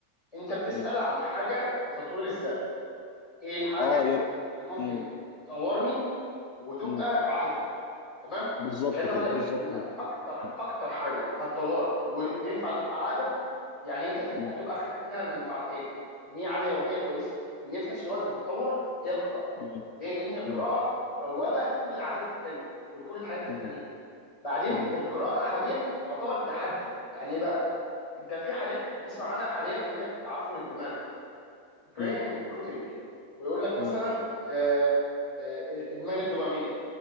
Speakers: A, on the left; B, on the left.
A: انت بتسال
B: م.
A: عن حاجه في تطوير الذات ايه الحاجه
B: اه يا ر-
A: اللي ممكن
B: م.
A: تطورني وتبقى
B: م.
A: عاده تمام
B: بالظبط
A: كان
B: كده
A: اقول لك
B: بالظبط
A: ان
B: كده
A: اكتر
B: م.
A: اكتر حاجه هتطورك و- وينفع تبقى عاده يعني انت في-
B: م.
A: هتبقى اخدت منها المنفعتين ان هي عاده يوميه كويسه وان هي في نفس الوقت بتطور هي القراءه
B: م.
A: ليه لان القراءه
B: م.
A: بوابه لكل العادات التانيه ولكل الحاجات
B: م.
A: التانيه
B: م.
A: بعدين
B: م.
A: القراءه حاليا تعتبر تحدي يعني ايه بقى انت في حاجات بنسمع عنها حاليا يقول لك التعفن الدماغي برين
B: م.
A: روتينج ويقول لك مثلا
B: م. م.
A: آه، آه، ادمان الدوبامين